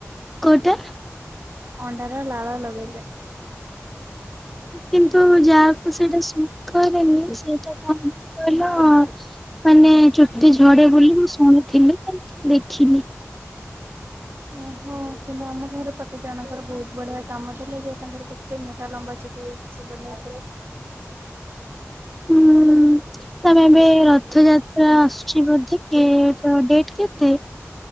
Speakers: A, in the centre; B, on the right.
A: କୋଉଟା?
B: ଅଣ୍ଡାର ଲାଳ ଲଗେଇଲେ।
A: କିନ୍ତୁ ଯାହାକୁ ସେଇଟା ସୁଖରେନି ସେଇଟା କଣ କହିଲ ମାନେ ଚୁଟି ଝଡେ ବୋଲି ମୁଁ ଶୁଣିଥିଲି କିନ୍ତୁ ଦେଖିନି।
B: ଓ ହୋ କିନ୍ତୁ ଆମ ଘର ପାଖେ ଜାଣଙ୍କର ବହୁତ ବଢିଆ କାମ ଯ ତାଙ୍କର କେତେ ମୋଟା ଲମ୍ବା ଚୁଟି ଅ ବଢିଆ
A: ହୁଁ ତମେ ଏବେ ରଥଯାତ୍ରା ଆସୁଛି ବୋଧିକ ଡେଟ କେତେ?